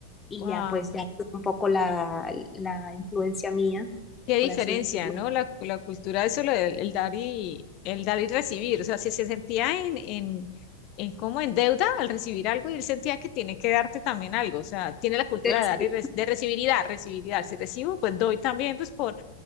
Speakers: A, on the left (about 15°); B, on the left (about 40°).
A: y
B: wow.
A: ya pues ya tuvo un poco la, la influencia mía,
B: Qué diferencia,
A: por así decirlo,
B: ¿no? La, la cultura, eso, lo del- el dar y, el dar y recibir. O sea, si se sentía en, en, en como en deuda al recibir algo y él sentía que tiene que darte también algo. O sea, tiene la cultura
A: de,
B: de dar
A: sí.
B: y re- de recibir y dar, recibir y dar. Si recibo, pues doy también, pues por,